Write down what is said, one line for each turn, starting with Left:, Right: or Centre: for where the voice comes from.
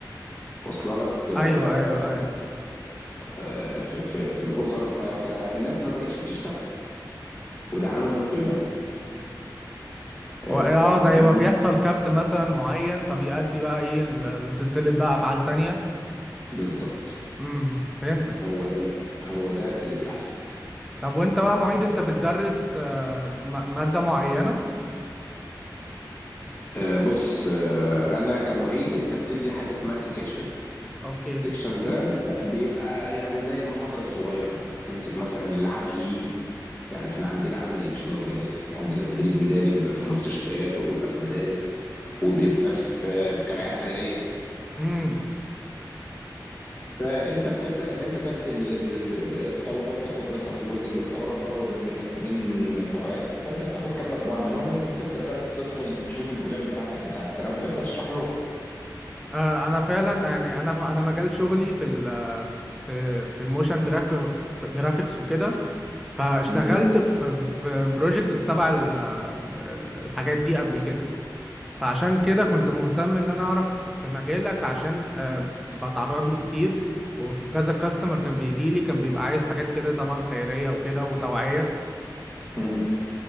Left: واصله لك
Centre: ايوه
Left: آه،
Centre: ايوه ايوه
Left: آه، في في في الاسر ف- فالناس ما بقتش بتشتغل وده عامل مشكله آه،
Centre: هو اه آه،
Left: فاهمني
Centre: زي ما بيحصل كابت مثلا معين فبيأدي بقى ايه ل- لسلسلة بقى افعال تانية
Left: بالظبط
Centre: امم فهمتك
Left: هو ده هو ده اللي بيحصل
Centre: طب وانت بقى
Left: آه،
Centre: معيد انت بتدرس آه، م- مادة معينة
Left: آه، بص آه، انا كمعيد انت بتدي حاجه اسمها سكاشن
Centre: اوكي
Left: السكشن ده انت بيبقى يعني زي المحاضره الصغيره بتمسك مثلا العملي يعني احنا عندنا عملي مش نظري بس عندنا تدريب ميداني بيبقى في مستشفيات وبيبقى في مدارس وبيبقى في في جمعيات خيرية
Centre: امم
Left: فانت بتبدأ ان انت تاخد ال- ال- ال- الطلبة بتاخد مثلا جزء من الطلبة الطلبة بيبقى متقسمين مجموعات فانت بتاخد كم مجموعة منهم وبتبدأ بقى تدخل تشوف البلان بتاعتك بتاع السنة وبتبدأ تشرح لهم
Centre: آه انا فعلا يعني انا ف- انا مجال شغلي في ال في في الموشن جراف في جرافيكس وكده فاشتغلت
Left: امم
Centre: في في بروجيكتس تبع ال- ال- الحاجات دي قبل كده فعشان كده كنت مهتم ان انا اعرف في مجالك عشان آه، بتعرض له كتير وفي كذا كاستمر كان بيجي لي كان بيبقى عايز حاجات كده طبعا خيرية وكده وتوعية
Left: امم